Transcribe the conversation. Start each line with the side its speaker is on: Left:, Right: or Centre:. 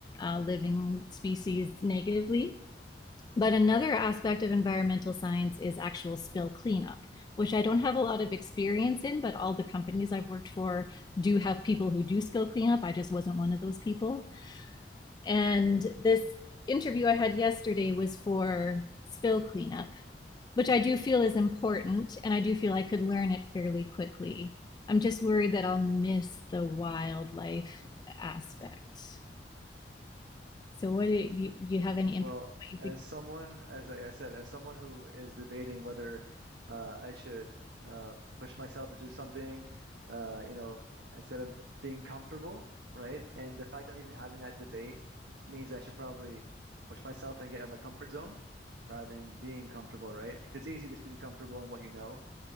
Left: uh, living species negatively. But another aspect of environmental science is actual spill cleanup, which I don't have a lot of experience in, but all the companies I've worked for do have people who do spill cleanup. I just wasn't one of those people. And this interview I had yesterday was for spill cleanup, which I do feel is important and I do feel I could learn it fairly quickly. I'm just worried that I'll miss the wildlife aspect. So, what do you, do you have any input?
Right: Well,
Left: What you
Right: as
Left: think?
Right: someone, as I I said, as someone who is debating whether uh, I should uh, push myself to do something, uh, you know, instead of being comfortable, right? And the fact that I'm even having that debate means I should probably push myself and get out of my comfort zone rather than being comfortable, right? 'Cause it's easy just to be comfortable in what you know.